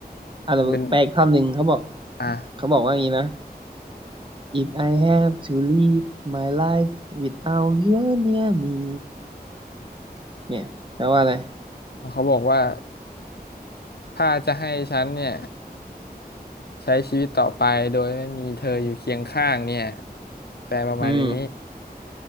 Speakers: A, on the right (about 30°); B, on the left (about 75°).
A: อ่ะแต่แปลอีกท่อนหนึ่งเขาบอก
B: มันเป็นอ่ะ
A: เขาบอกว่าอย่างนี้นะ If I have to live my life without you near me เนี่ยแปลว่าอะไร
B: เขาบอกว่าถ้าจะให้ฉันเนี่ยใช้ชีวิตต่อไปโดยไม่มีเธออยู่เคียงข้างเนี่ยแปลประมาณนี้
A: อืม